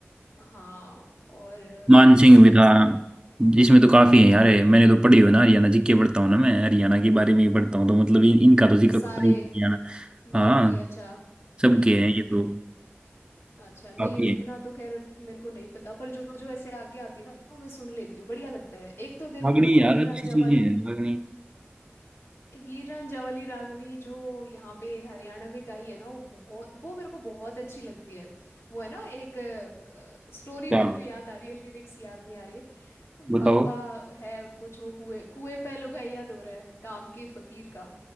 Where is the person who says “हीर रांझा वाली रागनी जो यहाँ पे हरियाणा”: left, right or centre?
Left